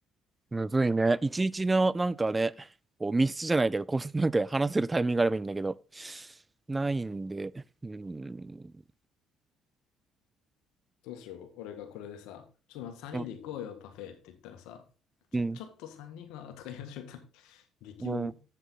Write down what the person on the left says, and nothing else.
どうしよう。俺がこれでさ、ちょっとまた3人で行こうよ、
パフェって言ったらさ、ちょ、
ちょっと3人は、とか言い始めたら、<laughs> 激重、